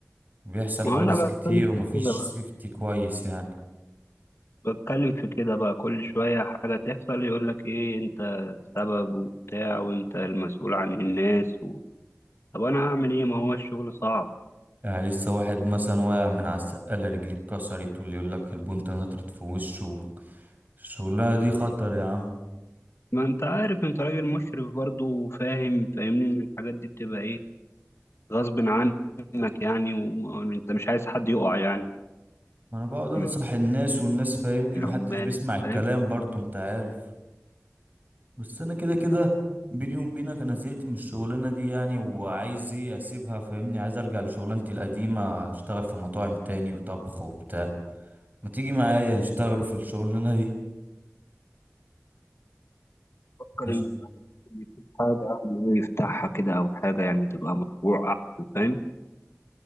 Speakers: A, on the right (about 35°); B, on the left (about 55°).
A: وبيحصل حوادث
B: ما انا بتكلم
A: كتير ومفيش
B: في كده بقى
A: سيفتي كويس يعني
B: بتكلم في كده بقى كل شوية حاجة تحصل يقولك إيه أنت السبب وبتاع وأنت المسؤول عن الناس و... طب أنا هعمل إيه ما هو الشغل صعب
A: يعني لسه واحد مثلا واقع من على السقالة رجليه اتكسرت واللي يقول لك البنطة نطرت في وشه الشغلانة دي خطر يا عم
B: ما أنت عارف أنت راجل مشرف برضه وفاهم فاهمني إن الحاجات دي بتبقى إيه غصب عنك يعني وأنت مش عايز حد يقع يعني
A: ما انا بقعد انصح
B: من
A: الناس والناس فاهمني
B: العمال
A: محدش بيسمع
B: أنت
A: الكلام
B: فاهم
A: برضو انت عارف بس انا كده كده بيني وبينك انا زهقت من الشغلانة دي يعني وعايز ايه اسيبها فاهمني عايز ارجع لشغلانتي القديمة اشتغل في مطاعم تاني وطبخ وبتاع ما تيجي معايا نشتغلوا في الشغلانة دي
B: فكر
A: نشت...
B: إن الواحد يشوف حاجة يعني يفتحها كده أو حاجة يعني تبقى مشروع أحسن فاهم